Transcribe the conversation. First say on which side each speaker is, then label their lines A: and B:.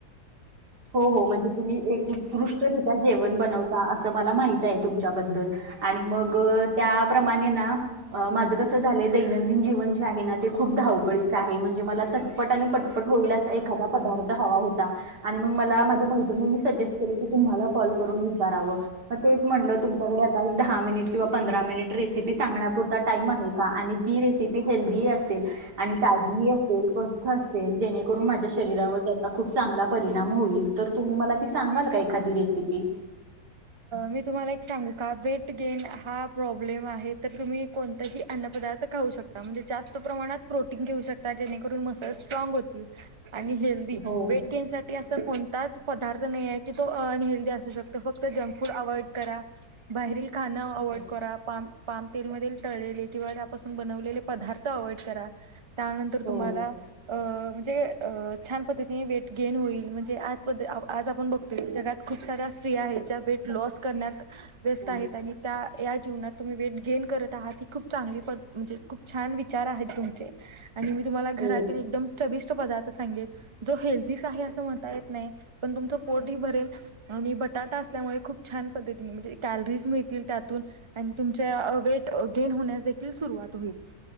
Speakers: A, on the right (about 85°); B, on the right (about 45°).
A: हो हो म्हणजे तुम्ही एक उत्कृष्टरित्या जेवण बनवता असं मला माहित आहे तुमच्याबद्दल आणि मग त्याप्रमाणे ना अ माझं कसं झालंय दैनंदिन जीवन जे आहे ना ते खूप धावपळीचं आहे म्हणजे मला चटपट आणि पटपट होईल असा एखादा पदार्थ हवा होता. आणि मग मला माझ्या मैत्रिणींनी सजेस्ट केलं की तुम्हाला कॉल करून विचारावं मग तेच म्हटलं च्याकडे आता एक दहा मिनिट किंवा पंधरा मिनिट रेसिपी सांगण्यापुरता टाइम आहे. का आणि ती रेसिपी हेल्दी असेल. आणि ताजीही असेल स्वस्त असेल जेणेकरून माझ्या शरीरावर खूप चांगला परिणाम होईल तर तुम्ही मला ती सांगाल का एखादी रेसिपी.
B: मी तुम्हाला एक सांगू का वेट गेन हा प्रॉब्लेम आहे तर तुम्ही कोणताही अन्न पदार्थ खाऊ शकता म्हणजे जास्त प्रमाणात प्रोटीन घेऊ शकता जेणेकरून मसल स्ट्रांग होतील. आणि हे दी
A: हो
B: वेट गेन साठी असा कोणताच पदार्थ नही आहे की तो अनहेल्दी असू शकतो फक त जंक फूड अव्हॉइड करा, बाहेरील खाण अवॉइड
A: हो
B: करा, पाम पाम तेल मधील तळलेले किंवा त्यापासून बनवलेले पदार्थ अव्हॉइड करा. त्यानंतर
A: हो
B: तुम्हाला अ म्हणजे अ छान पद्धतीने वेट गेन होईल म्हणजे याज पद्ध आ आज आपण बघतोय जगात खूप साऱ्या स्त्रीयां आहेत ज्या वेट लॉस करण्यात व्यस्त
A: हो
B: आहेत आणि त्या या जीवनात तुम्ही वेट गेन करत आहात, ही खूप चांगली पद् म्हणजे खूप छान विचार आहेत तुमचे. आणि मी तुम्हाला घरातील
A: हो
B: एकदम. चविष्ट पदार्थ सांगेल जो हेल्दीच आहे असं म्हणता येत नाही पण तुमचं पोटही भरेल आणि बटाटा असल्यामुळे खूप छान पद्धतीने म्हणजे कॅलरीज मिळतील त्यातून आणि तुमच्या अ वेट अ गेन होण्यासं देखील सुरुवात होईल